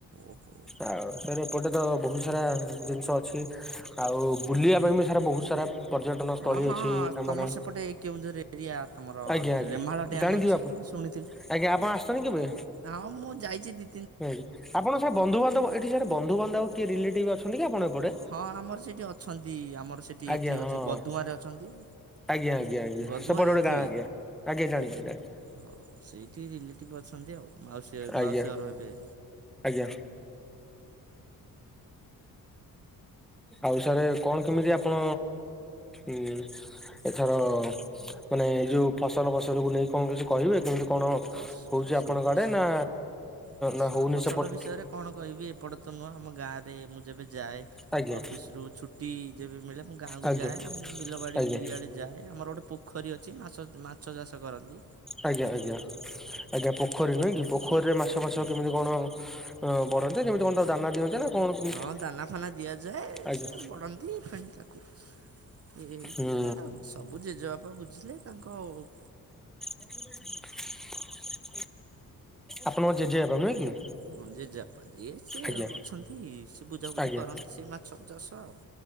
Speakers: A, on the right; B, in the centre.
A: ଓହୋ
B: ଆଉ ସାର୍ ଏପଟେ ତ ବହୁତ ସାରା ଜିନିଷ ଅଛି ଆଉ ବୁଲିବା ପାଇଁ ବି ସାର ବହୁତ ସାରା ପର୍ଯ୍ୟଟନ
A: ହଁ
B: ସ୍ଥଳୀ
A: ହଁ
B: ଅଛି ଆମର
A: ତମର ସେପଟେ କେଉଁଝର ଏରିଆ ତମର
B: ଆଜ୍ଞା ଆଜ୍ଞା
A: ରେମାଳ ଡ୍ୟାମ୍
B: ଜାଣିଥିବେ
A: ଅଛି
B: ଆପଣ।
A: ଶୁଣିଥିଲି।
B: ଆଜ୍ଞା ଆପଣ
A: ହଁ
B: ଆସିଛନ୍ତିି କେବେ?
A: ହଁ ମୁଁ ଯାଇଛି ଦି
B: ଏଇଠି ଆପଣ ସାର୍ ବନ୍ଧୁବାନ୍ଧବ ଏଠି ସାର୍ ବନ୍ଧୁବାନ୍ଧବ କିଏ ରିଲେଟିଭ ଅଛନ୍ତି କି ଆପଣ ଏପଟେ?
A: ହଁ ହଁ ଆମର ସେଠି ଅଛନ୍ତି ଆମର ସେଇଠି
B: ଆଜ୍ଞା
A: ଏଠି
B: ହଁ
A: ଅଛି ଗଦୁଆଁରେ ଅଛନ୍ତି।
B: ଆଜ୍ଞା ଆଜ୍ଞା ଆଜ୍ଞା
A: ଗଦୁଆଁ
B: ସେପଟେ
A: ଜାଣିଥିବେ?
B: ଗୋଟେ ଗାଁ ଆଜ୍ଞା ଆଜ୍ଞା ଜାଣିଛି ଜାଣିଛି।
A: ହଁ ସେଇଠି ରିଲେଟିଭ ଅଛନ୍ତି ଆଉ ମାଉସୀ
B: ଆଜ୍ଞା
A: ମାଉସୀ ଘର ହେବେ।
B: ଆଜ୍ଞା। ଆଉ ସାରେ କଣ କେମିତି ଆପଣ ଉଁ ଏଥର ମାନେ ଏଇ ଯୋଉ ଫସଲ ଫସଲକୁୁ ନେଇ କଣ କିଛି କହିବେ କେମିତି କଣ
A: ପସ
B: ହଉଛି
A: ଫସଲ
B: ଆପଣଙ୍କ
A: ଫସ
B: ଆଡେ ନା
A: ଫସଲ
B: ନା ହଉନି
A: ଫସଲ
B: ସେପଟ୍
A: ବିଷୟରେ କଣ କହିବି ଏପଟେ ତ ନୂଆଁ ଆମ ଗାଁ ରେ ମୁଁ ଯେବେ ଯାଏ
B: ଆଜ୍ଞା
A: ଅଫିସ ରୁ ଛୁଟି ଯେବେ ମିଳେ ମୁଁ ଗାଁକୁ
B: ଆଜ୍ଞା
A: ଯାଏ ଆମ ବିଲବାଡି
B: ଆଜ୍ଞା
A: ଇଡେ ଯାଏ ଆମର ଗୋଟେ ପୋଖରୀ ଅଛି ମାଛ ମାଛ ଚାଷ କରନ୍ତି।
B: ଆଜ୍ଞା ଆଜ୍ଞା ଆଜ୍ଞା ପୋଖରୀ ନୁହେଁ କି ପୋଖରୀରେ ମାଛ ଫାଛ
A: ଆଜ୍ଞା।
B: କେମିତି କଣ ଅ ବଢନ୍ତି କେମତି କଣ ତାକୁ ଦାନା ଦିଅନ୍ତି ନା। କଣ କେମିତି?
A: ହଁ ଦାନା ଫାନା ଦିଆଯାଏ
B: ଆଜ୍ଞା
A: ସେ ବଢନ୍ତି ଫେଣି ତାକୁ ଇଏ ହେଇକି
B: ହୁଁ
A: ଏଇଟା ସବୁ ଜେଜେବାପା ବୁଝିଲେ ତାଙ୍କ ଉଁ
B: ଝ <inaudible> ଆପଣଙ୍କ ଜେଜେ ବାପା ନୁହେଁ କି?
A: ହଁ ଜେଜେ ବାପା ଇଏ ସିଏ
B: ଆଜ୍ଞା
A: ଅଛନ୍ତି ସେ ବୁଝାବୁଝି
B: ଆଜ୍ଞା
A: କରନ୍ତି ସେ ମାଛ ଚାଷ ଆଉ।